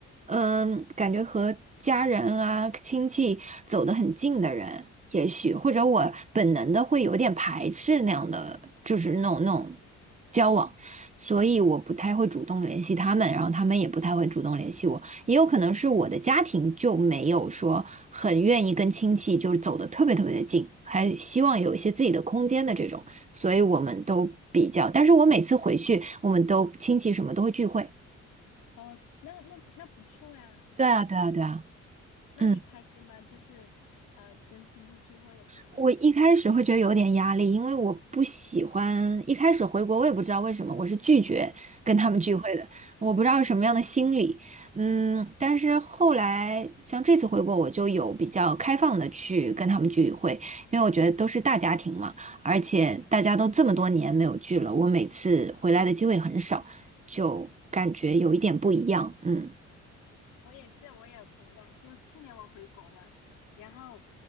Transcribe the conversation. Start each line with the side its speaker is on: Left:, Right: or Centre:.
Right: 嗯，感觉和家人啊、亲戚走得很近的人，也许或者我本能的会有点排斥那样的，就是那种那种交往，所以我不太会主动联系他们，然后他们也不太会主动联系我，也有可能是我的家庭就没有说很愿意跟亲戚就是走得特别特别的近，还希望有一些自己的空间的这种。所以我们都比较。但是我每次回去，我们都亲戚什么都会聚会。
Left: 哦，那那那不错呀。
Right: 对啊，对啊，对啊。
Left: 那你开心吗？
Right: 嗯。
Left: 就是呃，跟亲戚聚会的时候。
Right: 我一开始会觉得有点压力，因为我不喜欢一开始回国，我也不知道为什么，我是拒绝跟他们聚会的，我不知道是什么样的心理，嗯，但是后来像这次回国，我就有比较开放的去跟他们聚会，因为我觉得都是大家庭嘛，而且大家都这么多年没有聚了，我每次回来的机会很少，就感觉有一点不一样，嗯
Left: 我也是，我也有同感。就去年我回国嘛，然后，